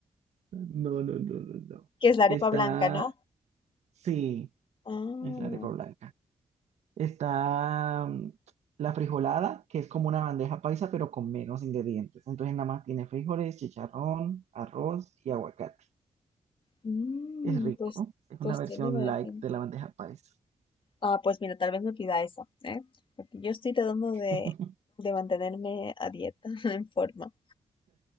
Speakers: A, on the right; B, on the left.
A: No, no, no, no, no.
B: Que es la
A: Está,
B: arepa blanca, ¿no?
A: sí,
B: Ah.
A: es la arepa blanca. Está mm, la frijolada, que es como una bandeja paisa, pero con menos ingredientes. Entonces nada más tiene frijoles, chicharrón, arroz y aguacate.
B: Mm,
A: Es rico,
B: pues,
A: es
B: pues
A: una versión
B: tiene buena
A: light
B: pinta.
A: de la bandeja paisa.
B: Ah, pues mira, tal vez me pida esa, ¿eh? Porque yo estoy tratando
A: <laughs>
B: de, de mantenerme a dieta, <laughs> en forma.